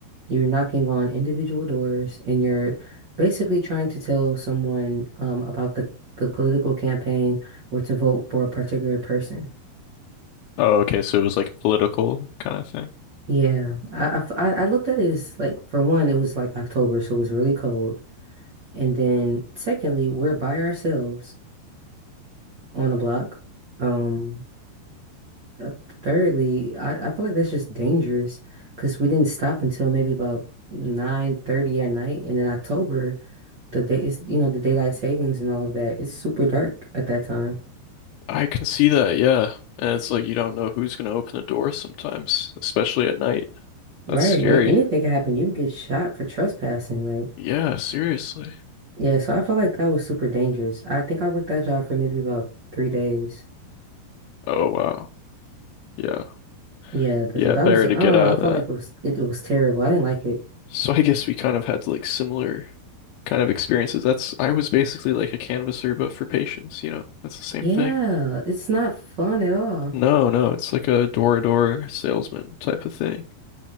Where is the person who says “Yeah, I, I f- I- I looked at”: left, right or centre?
Right